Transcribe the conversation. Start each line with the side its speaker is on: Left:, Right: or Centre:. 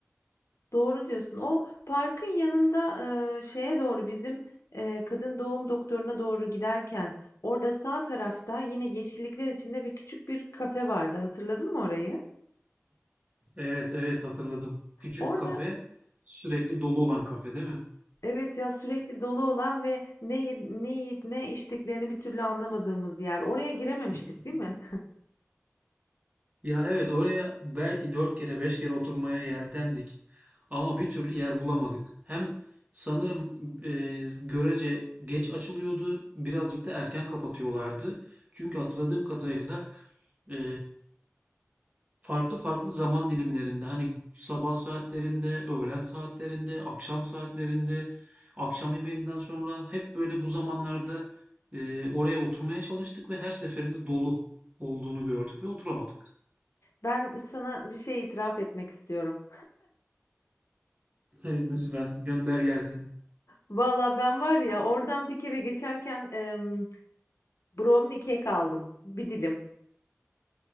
Left: Doğru diyorsun. O parkın yanında, eee, şeye doğru bizim, eee, kadın doğum doktoruna doğru giderken orada sağ tarafta yine yeşillikler içinde bir küçük bir kafe vardı. Hatırladın mı orayı?
Right: Evet, evet, hatırladım. Küçük
Left: Orada
Right: kafe, sürekli dolu olan kafe, değil mi?
Left: evet ya sürekli dolu olan ve ne ye- ne yiyip ne içtiklerini bir türlü anlamadığımız yer. Oraya girememiştik,
Right: <laughs>
Left: değil mi?
Right: Ya evet oraya belki dört kere beş kere oturmaya yeltendik ama bir türlü yer bulamadık. Hem sanırım e, görece geç açılıyordu birazcık da erken kapatıyorlardı. Çünkü hatırladığım kadarıyla e, farklı farklı zaman dilimlerinde hani sabah saatlerinde, öğlen saatlerinde, akşam saatlerinde, akşam yemeğinden sonra hep böyle bu zamanlarda e, oraya oturmaya çalıştık ve her seferinde dolu olduğunu gördük ve oturamadık.
Left: Ben sana bir şey itiraf etmek istiyorum.
Right: Hey, Lütfen gönder gelsin.
Left: Valla ben var ya oradan bir kere geçerken em, brownie kek aldım. Bir dilim.